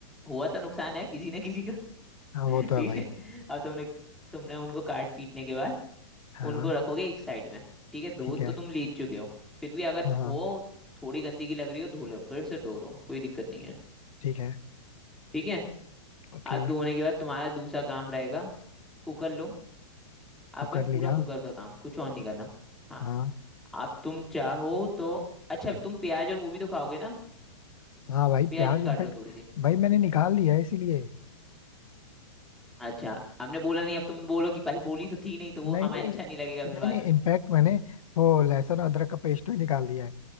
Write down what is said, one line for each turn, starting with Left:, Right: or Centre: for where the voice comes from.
Centre: हुआ तो नुकसान है किसी ना किसी का <laughs>
Left: हाँ वो तो
Centre: ठीक
Left: है भाई
Centre: है अब तुमने तुमने उनको काट पीटने के बाद
Left: हाँ
Centre: उनको रखोगे एक साइड में ठीक है धो
Left: ठीक
Centre: तो
Left: है
Centre: तुम लीच चुके हो फिर भी अगर
Left: हाँ हाँ,
Centre: हो थोड़ी गंदगी लग रही हो धो लो फिर से धो लो कोई दिक्कत नहीं है
Left: ठीक है
Centre: ठीक है
Left: ओके
Centre: आप धोने के बाद तुम्हारा दूसरा काम रहेगा कुकर लो आपका
Left: कुकर लिया
Centre: पूरा कुकर का काम कुछ और नहीं करना हाँ
Left: हाँ
Centre: आप तुम चाहो तो अच्छा तुम प्याज और वो भी तो खाओगे ना
Left: हाँ भाई
Centre: प्याज
Left: प्याज
Centre: भी काट
Left: इनफैक्ट
Centre: लो थोड़ी सी
Left: भाई मैंने निकाल लिया है इसीलिए
Centre: अच्छा हमने बोला नहीं अब तुम बोलो कि भाई बोली तो थी नहीं तो वो
Left: नहीं
Centre: हमें
Left: नहीं
Centre: अच्छा नहीं लगेगा
Left: नहीं
Centre: फिर बाद
Left: नहीं
Centre: में
Left: इनफैक्ट मैंने वो लहसुन और अदरक का पेस्ट भी निकाल दिया है